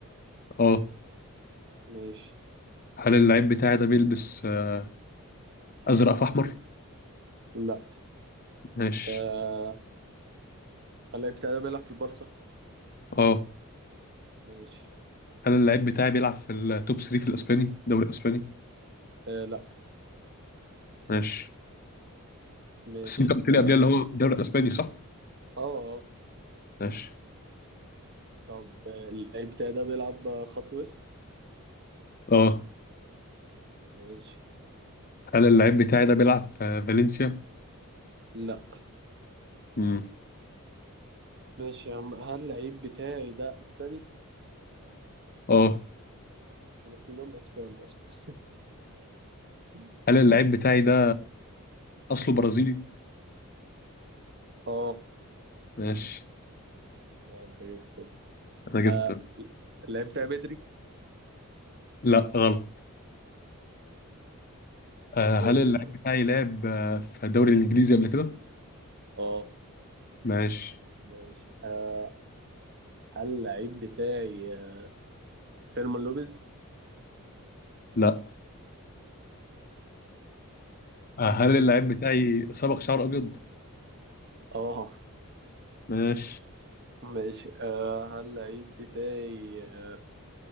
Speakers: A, on the left; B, on the right.
A: اه
B: ماشي
A: هل اللعيب بتاعي ده بيلبس آه، ازرق في احمر
B: لا
A: ماشي
B: آه هل العيب بتاعي ده بيلعب في البارسا
A: اه
B: ماشي
A: انا اللعيب بتاعي بيلعب في التوب 3 في الاسباني الدوري الاسباني
B: آه لا
A: ماشي
B: ماشي
A: بس انت قلت لي
B: اه
A: قبلها اللي هو في الدوري الاسباني صح
B: اه آه.
A: ماشي
B: طب آه، اللعيب بتاعي ده بيلعب آه، خط وسط
A: اه
B: ماشي
A: هل اللعيب بتاعي ده بيلعب في فالنسيا
B: لا
A: امم
B: ماشي يا عم هل اللعيب بتاعي ده اسباني
A: اه
B: هم كلهم اسبان اصلا <laughs>
A: هل اللعيب بتاعي ده اصله برازيلي
B: اه
A: ماشي
B: اه انت جبته كده
A: انا جبت
B: آه اللعيب بتاعي بدري
A: لا غلط آه هل
B: ارمي
A: اللعيب
B: طيب
A: بتاعي لعب آه، في الدوري الانجليزي قبل كده
B: اه
A: ماشي
B: ماشي آه هل اللعيب بتاعي آه، فيرمان لوبيز
A: لا آه هل اللعيب بتاعي صبغ شعر ابيض
B: اه
A: ماشي
B: ماشي آه هل اللعيب بتاعي آه،